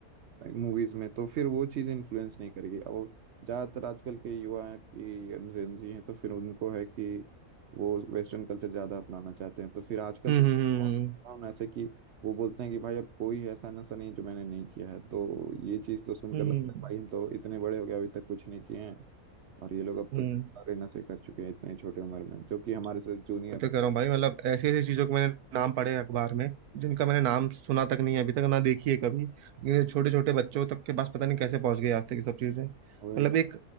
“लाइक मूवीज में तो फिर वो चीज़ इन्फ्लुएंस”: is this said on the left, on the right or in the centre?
Right